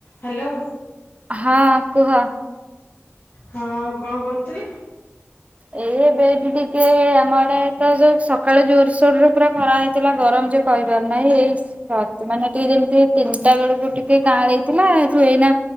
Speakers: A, on the left (about 45°); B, on the right (about 30°).
A: Hello.
B: ହଁ କୁହ।
A: ହଁ କଣ କରୁଥିଲ?
B: ଏ ଏବେ ଏଠି ଟିକେ ଆମ ଆଡେ ତ ଯୋଉ ସକାଳୁ ଜୋରସୋରରେ ପୁରା ଖରା ହେଇ ଥିଲା ଗରମ ଯେ କହିହିବାର ନାହିଁ ଏଇ ସତ ମାନେ ଟିକେ ଯେମିତି ତିନିଟା ବେଳକୁ ଟିକେ କାଁଳେଇ ଥିଲା ହେଟୁ ଏଇନା